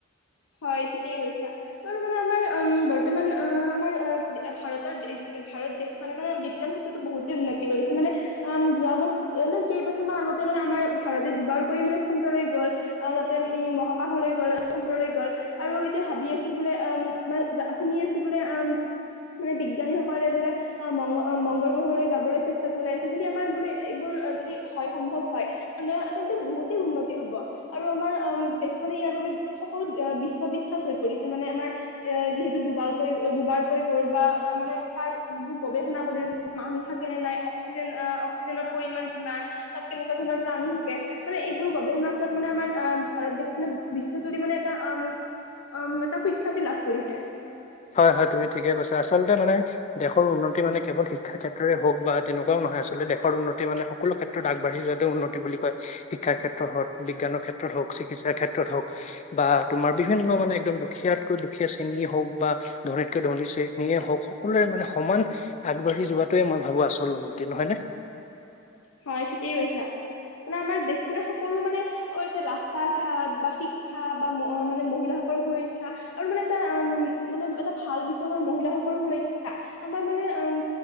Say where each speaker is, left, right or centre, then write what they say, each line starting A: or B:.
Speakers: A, on the left; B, on the left.
A: হয় ঠিকেই কৈছা বাৰু মানে আমাৰ উম বৰ্তমান অ আমাৰ ভাৰতৰ ভাৰত দেশখনে মানে বিজ্ঞান ক্ষেত্ৰতো বহুতে উন্নতি কৰিছে মানে উ যোৱা বছ কেইবছৰমান আগতে মানে আমাৰ ভাৰতে দুবাৰকৈ মানে চন্দ্ৰলৈ গ'ল তাতে উ মহাকাশলৈ গল চন্দ্ৰলৈ গ ল আৰু এতিয়া ভাবি আছো বোলে অম শুনি আছো বোলে অম মানে বিজ্ঞানী সকলে বোলে মংগল মংগল গ্ৰহলৈ যাবলৈ চেষ্টা চলাই আছে যদি আমাৰ বোলে এইবোৰ যদি হয় সম্ভৱ হয় মানে তেন্তে বহুতেই উন্নতি হব আৰু আমাৰ অ দেশখনে ইয়াৰ বাবে বিশ্ববিখ্যাত হৈ পৰিছে মানে আমাৰ যিহেতু দুবাৰকৈ দুবাৰকৈ গল বা তাৰ মানে তাৰ যিবোৰ গৱেষণা কৰি ত মানুহ থাকে নে নাই- অক্সিজেন অক্সিজেনৰ পৰিমাণ কিমান তাত কেনেকুৱা ধৰণৰ প্ৰাণী থাকে মানে এইবোৰ গৱেষণাৰ ফলত মানে আমাৰ আহ ভাৰত দেশখনে বিশ্বজুৰি মানে এটা উ উম এটা সুখ্যাতি লাভ কৰিছে
B: হয় হয় তুমি ঠিকে কৈছা আচলতে মানে দেশৰ উন্নতি মানে কেৱল শিক্ষা ক্ষেত্ৰৰে হওক বা তেনেকুৱাও নহয় আচলতে দেশৰ উন্নতি মানে সকলো ক্ষেত্ৰত আগবাঢ়ি যোৱাতে উন্নতি বুলি কয় শিক্ষাৰ ক্ষেত্ৰত হওক বিজ্ঞানৰ ক্ষেত্ৰত হওক চিকিৎসাৰ ক্ষেত্ৰত হওক বা তোমাৰ বিভিন্ন মানে একদম দুখীয়াতকৈ দুখীয়া শ্ৰেণী হওক বা ধনীতকৈ ধনী চেনীয়ে হওক সকলোৰে মানে সমান আগবাঢ়ি যোৱাটোৱে মই ভাবো আচল উন্নতি নহয় নে
A: হয় ঠিকেই কৈছা - মানে আমাৰ দেশখনে সকলো মানে- আৰু যে ৰাস্তা ঘাট বা শিক্ষা বা মানে মহিলাসকল সুৰক্ষা আৰু মানে এটা উ মানে এটা ভাল বিষয় হ'ল মহিলাসকল সুৰক্ষা আমাৰ মানে উম